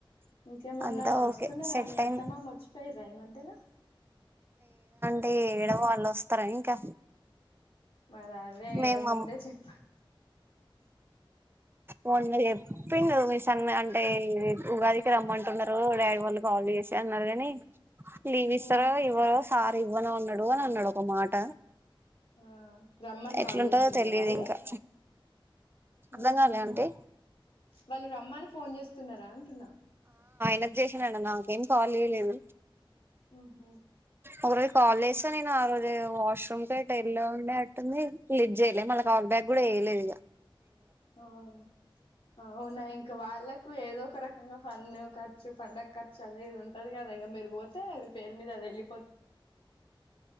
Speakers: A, on the left (about 85°); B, on the right (about 25°).
A: ఇంకేమన్నా
B: అంతా
A: వస్తున్నారా
B: ఓకే సెట్
A: మీ
B: అయింది
A: అత్త మామ వచ్చిపోయిరి రయి మధ్యలా
B: టే ఏడ వాళ్ళు వస్తారనీ ఇంకా
A: మరి అవే
B: మేము మన్
A: ముందే చెప్ప
B: మొన్నచెప్పిన్ డు సన్న అంటే ఉగాదికి రమ్మంటున్నారు డాడీ వాళ్ళు కాల్ చేసి అన్నారు కాని లీవ్ విస్తార
A: ఉమ్
B: ఇవరో సార్ ఇవ్వనూ అన్నాడు అనన్నాడు ఒక మాట
A: ఆ రమ్మని
B: ఎట్లుంటదో
A: కాల్ చేస్తున్నారా
B: తెలియదు
A: వాళ్ళు
B: ఇంకా అర్థం
A: ఆహ
B: కాలే అంటే
A: వాళ్ళు రమ్మని ఫోన్ చేస్తున్నారా అంటున్నా
B: నాక్ జేసిండట నాకేం కాల్ చేయలేదు
A: ఉహు
B: ఒక రోజు కాల్ జే సా నేను ఆ రోజే వా <inaudible> ఉండే అట్ంది లీఫ్ చేయలే మళ్ళ కాల్ బ్యాకు కూడా చేయలేదు ఇగా
A: అవున్ అవునా ఇంకా వాళ్ళకు ఏదో ఒక రకంగా పన్ను ఖర్చు పండగ ఖర్చు అనేది ఉంటది కదా ఇంక మీరు పోతే మీ పేరు మీద అది వెళ్ళి